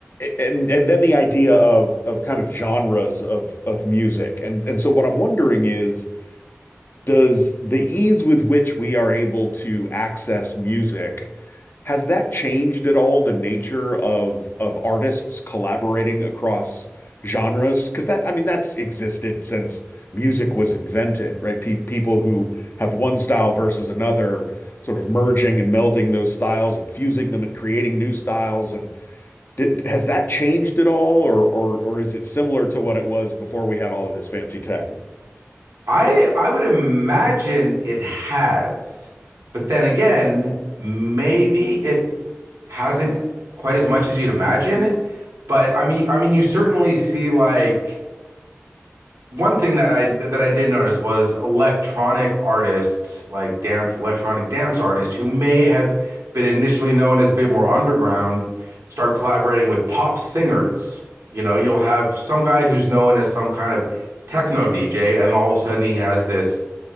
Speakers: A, on the left (about 50°); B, on the right (about 80°).
A: and and then the idea of of kind of genres of of music and and so what I'm wondering is does the ease with which we are able to access music has that changed at all the nature of of artists collaborating across genres? Because that I mean that's existed since music was invented, right? Pe people who have one style versus another, sort of merging and melding those styles and fusing them and creating new styles and did, has that changed at all, or or or is it similar to what it was before we had all of this fancy tech?
B: I I would imagine it has, but then again, maybe it hasn't quite as much as you'd imagine. But I mean, I mean, you certainly see like one thing that I that I did notice was electronic artists, like dance electronic dance artists, who may have been initially known as a bit more underground, start collaborating with pop singers. You know, you'll have some guy who's known as some kind of techno DJ, and all of a sudden he has this